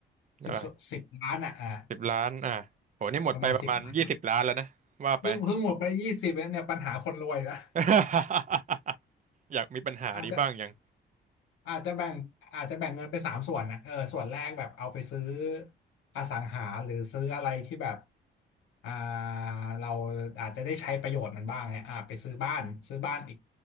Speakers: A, on the right (about 40°); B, on the left (about 85°).
A: อ่า
B: สิบสิบล้านอ่ะอ่า
A: สิบล้านอ่ะโหนี่หมดไปประมาณยี่สิบล้านแล้วนะว่าไป
B: ประมาณสิบล้านบาทเพิ่งเพิ่งหมดไปยี่สิบเนี่ยปัญหาคนรวยละ
A: <laughs> อยากมีปัญหานี้บ้างยัง
B: อาจจะ อาจจะแบ่งอาจจะแบ่งเงินเป็นสามส่วนนะเออส่วนแรกแบบเอาไปซื้ออสังหาหรือซื้ออะไรที่แบบอ่าเราอาจจะได้ใช้ประโยชน์มันบ้างเนี่ยอ่าไปซื้อบ้านซื้อบ้านอีก